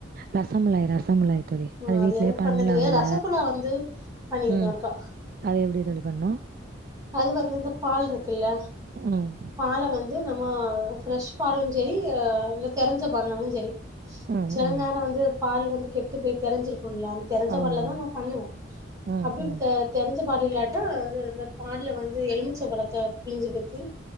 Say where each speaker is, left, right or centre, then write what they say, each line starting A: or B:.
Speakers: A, on the right; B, on the right.
A: ரசமுலாய் ரசமுலாய் தோழி
B: ம்
A: அது வீட்லேயே
B: எனக்கு
A: பண்லாம்
B: பண்ண தெரியாது
A: ல
B: ரசகுல்லா வந்து பண்ணியிருக்கே
A: உம்
B: ஒருக்கா
A: அது எப்டி தோழி பண்ணு
B: அது வந்து இந்த பால் இருக்குல்ல
A: ம்.
B: பால வந்து நம்ம ஃப்ரஷ் பாலும் சரி ஆஹ் இல்ல கெரஞ்ச பால்னாலு சரி
A: ம்
B: செல
A: ம்.
B: நேரொ வந்து பால் வந்து கெட்டு போய் தெரஞ்சிருக் கும்லயா அத தெரஞ்ச
A: ஆமா.
B: பால்லதா நா பண்ணுவ
A: ம்
B: அப்டிப்
A: ம்.
B: தெ தெரஞ் ஞ்ச பால் இல்லாட்டா அது அந்த பால்ல வந்து எலுமிச்சம் பழத்தப் பிழிஞ்சு ம்